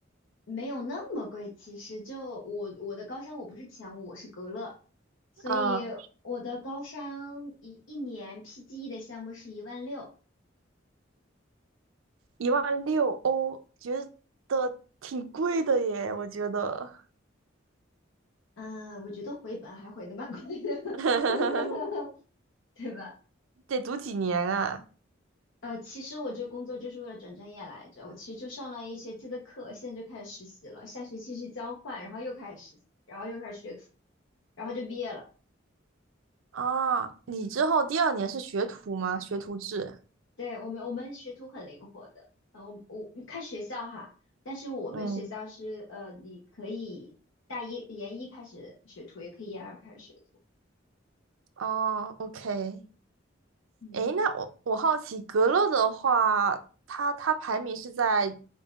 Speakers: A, on the left (about 75°); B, on the right (about 85°).
A: 没有那么贵，其实就我我的高山我不是前五，我是格勒，所以我的高山一一年
B: 啊。
A: PGE 的项目是一万六，
B: 一万六欧，觉得挺贵的耶，我觉得。
A: 嗯，我觉得回本还回的蛮快的，
B: <laughs>
A: <laughs> 对吧？
B: 得读几年啊？
A: 呃，其实我这工作就是为了转专业来着，我其实就上了一学期的课，现在就开始实习了，下学期去交换，然后又开始实习，然后又开始学徒，然后就毕业了。
B: 啊，你之后第二年是学徒吗？学徒制。
A: 对，我们我们学徒很灵活的，呃，我我看学校哈，但是我们学校是呃，
B: 嗯，
A: 你可以大一研一开始学徒，也可以研二开始学徒，
B: 哦，OK。
A: 嗯，
B: 诶，那我我好奇，格勒的话，它它排名是在